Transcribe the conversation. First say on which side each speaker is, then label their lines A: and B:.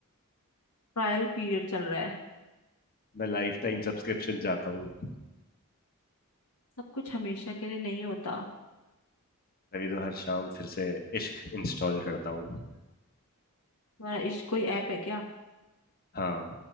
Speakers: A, on the left; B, on the left.
A: ट्रायल पीरियड चल रहा है
B: मैं लाइफ टाइम सब्सक्रिप्शन चाहता हूँ
A: सब कुछ हमेशा के लिए नहीं होता
B: तभी तो हर शाम फिर से इश्क इंस्टॉल करता हूँ
A: तुम्हारा इश्क कोई ऐप है क्या
B: हाँ